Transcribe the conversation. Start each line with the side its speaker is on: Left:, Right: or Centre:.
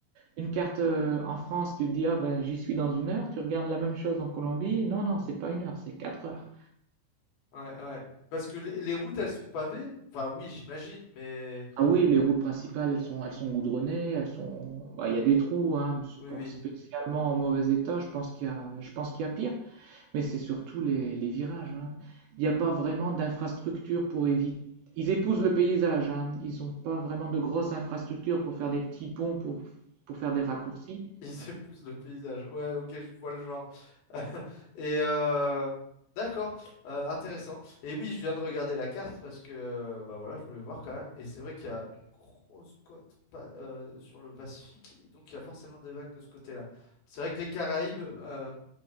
Right: une carte euh, en France, tu te dis, ah ben, j'y suis dans une heure. Tu regardes la même chose en Colombie. Non, non, c'est pas une heure, c'est 4 heures.
Left: ouais, ouais. Parce que les, les routes, elles sont pavées. Enfin, oui, j'imagine, mais
Right: Ah oui, les routes principales, elles sont, elles sont goudronnées, elles sont, bah, il y a des trous, hein, mais c'est
Left: oui,
Right: pas
Left: oui.
Right: spécialement en mauvais état. Je pense qu'il y a, je pense qu'il y a pire, mais c'est surtout les, les virages. hein. Il n'y a pas vraiment d'infrastructure pour éviter. Ils épousent le paysage, hein. Ils n'ont pas vraiment de grosses infrastructures pour faire des petits ponts, pour, pour faire des raccourcis.
Left: Ils <laughs> épousent le paysage. Ouais, ok, je vois le genre. <laughs> Et euh, d'accord, euh, intéressant. Et oui, je viens de regarder la carte parce que euh, bah voilà, je voulais voir quand même. Et c'est vrai qu'il y a une grosse côte pa- euh, sur le Pacifique, et donc il y a forcément des vagues de ce côté-là. C'est vrai que les Caraïbes, euh,